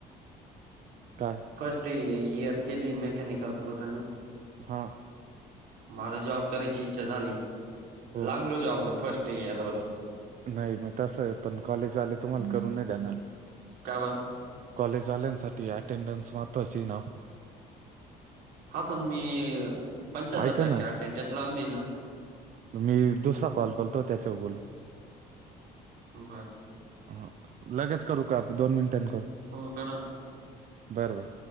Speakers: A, on the right; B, on the right.
A: काय?
B: फर्स्ट इयर केली मेकॅनिकल पूर्ण.
A: हा..
B: मला जॉब करायची इच्छा झाली
A: हो
B: लागलो जॉबला फस्ट इअर वरच
A: नाही मग तसं पण कॉलेजवाले तुम्हाला करून नाही देणार.
B: का बरं?
A: कॉलेजवाल्यांसाठी अटेंडन्स महत्त्वाची आहे नाव?
B: हा पण मी पंच्याहत्तर
A: ऐका ना
B: टक्के अटेंडन्स लावून देईन ना.
A: मी दुसरा कॉल करतो त्याच्यावर बोलु.
B: बरं.
A: हा लगेच करू का आप दोन मिनिटान करू?
B: हो करा.
A: बरं बरं.